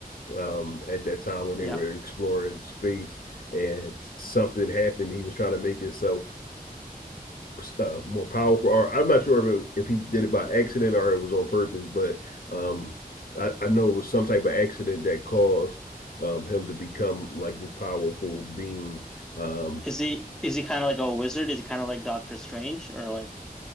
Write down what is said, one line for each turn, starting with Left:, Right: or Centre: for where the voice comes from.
Left: um at that time when
Centre: Yeah,
Left: they were exploring space and something happened. He was trying to make himself uh, more powerful. Or I'm not sure if it, if he did it by accident or it was on purpose, but um, I, I know it was some type of accident that caused um, him to become like this powerful being. Um,
Centre: is he is he kind of like a wizard? Is he kind of like Doctor Strange or like